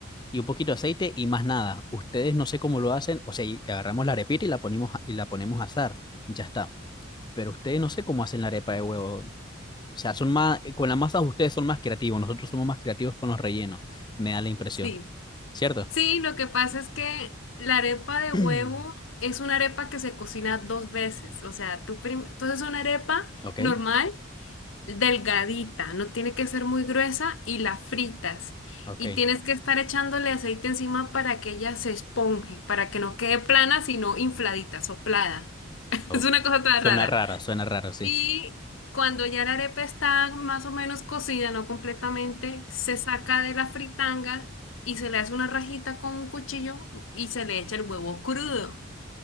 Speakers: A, on the left (about 20°); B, on the left (about 75°).
A: y un poquito de aceite y más nada. Ustedes no sé cómo lo hacen, o sea, y agarramos la arepita y la ponemos a- y la ponemos a asar, ya está. Pero ustedes no sé cómo hacen la arepa de huevo. O sea, son más, eh, con la masa ustedes son más creativos, nosotros somos más creativos con los rellenos, me da la impresión,
B: Sí.
A: ¿cierto?
B: Sí, lo que pasa es que la arepa de
A: <clears throat>
B: huevo es una arepa que se cocina dos veces. O sea, tú prim- entonces una arepa
A: Ok,
B: normal, delgadita, no tiene que ser muy gruesa y la fritas.
A: ok.
B: Y tienes que estar echándole aceite encima para que ella se esponje, para que no quede plana, sino infladita, soplada. <laughs>
A: o-
B: Es una cosa tan
A: Suena
B: rara.
A: raro, suena raro, sí.
B: Y cuando ya la arepa está más o menos cocida, no completamente, se saca de la fritanga y se le hace una rajita con un cuchillo y se le echa el huevo crudo.